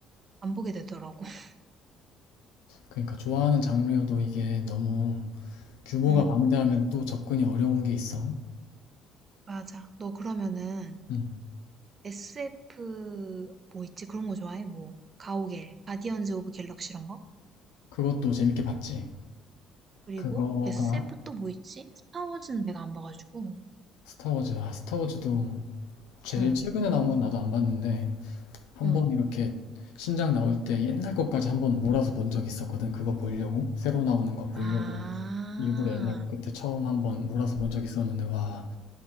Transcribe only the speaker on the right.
안 보게 되더라고. <laughs>
응,
맞아. 너 그러면은
SF 뭐 있지? 그런 거 좋아해? 뭐 가오갤, 가디언즈 오브 갤럭시 이런 거?
그리고
SF 또 뭐 있지? 스타워즈는 내가 안 봐가지고.
어,
어.
아,